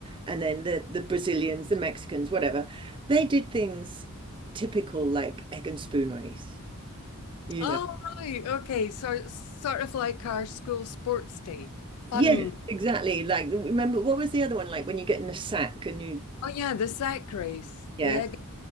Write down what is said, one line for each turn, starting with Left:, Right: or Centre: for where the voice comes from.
Right: And then the the Brazilians, the Mexicans, whatever. They did things typical like egg and spoon race, you
Left: Oh,
Right: know.
Left: right. Okay. So sort of like our school sports day. Fun.
Right: Yeah, exactly. Like remember what was the other one like when you get in a sack and you
Left: Oh, yeah. The sack race,
Right: Yes,
Left: the egg and